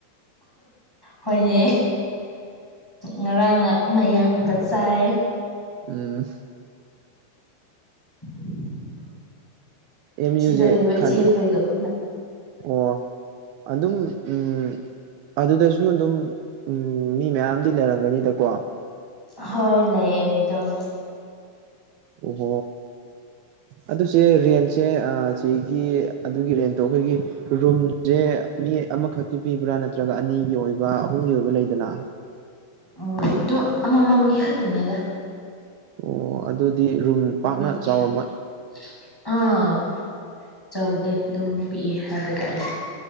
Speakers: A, in the centre; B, on the right.
A: ꯍꯣꯏꯅꯦ ꯉꯔꯥꯡꯅ ꯃꯌꯥꯝ ꯑꯃꯨꯀ ꯆꯥꯏ
B: ꯎꯝ
A: ꯎꯝ
B: ꯑꯦꯝ
A: ꯁꯤꯗ
B: ꯌꯨꯁꯦ
A: ꯂꯩꯕ
B: ꯈꯪꯗꯦ
A: ꯏꯆꯦꯈꯣꯏꯒ ꯄꯨꯟꯅ
B: ꯑꯣ ꯑꯗꯨꯝ ꯎꯝ ꯑꯗꯨꯗꯁꯨ ꯑꯗꯨꯝ ꯎ ꯃꯤ ꯃꯌꯥꯝꯗꯤ ꯂꯩꯔꯝꯒꯅꯤꯗꯀꯣ
A: ꯍꯣꯏ ꯂꯩꯑꯦ ꯑꯗꯨꯝ
B: ꯎꯝ ꯑꯗꯨꯁꯦ ꯔꯦꯟꯁꯦ ꯁꯤꯒꯤ ꯑꯗꯨꯒꯤ ꯔꯦꯟꯇꯣ ꯑꯩꯈꯣꯏꯒꯤ ꯔꯨꯝꯁꯦ ꯃꯤ ꯑꯃꯈꯛꯀꯤ ꯄꯤꯕ꯭ꯔꯥ ꯅꯠꯇ꯭ꯔꯒ ꯑꯅꯤꯒꯤ ꯑꯣꯏꯕ ꯑꯍꯨꯝꯒꯤ ꯑꯣꯏꯕ ꯂꯩꯗꯅ
A: ꯑꯣ ꯑꯗꯨꯝ ꯑꯃꯃꯝꯒꯤ ꯈꯛꯇꯅꯦꯗ
B: ꯑꯣ ꯑꯗꯨꯗꯤ ꯔꯨꯝ
A: ꯑꯅꯤꯗꯤ
B: ꯄꯥꯛꯅ ꯆꯥꯎꯔꯝꯃꯣꯏ
A: ꯁꯨꯗꯦ ꯑꯥ ꯆꯥꯎꯧꯗꯦ ꯑꯗꯨꯝ ꯄꯤꯛꯑ ꯍꯥꯏꯕ ꯇꯥꯔꯦ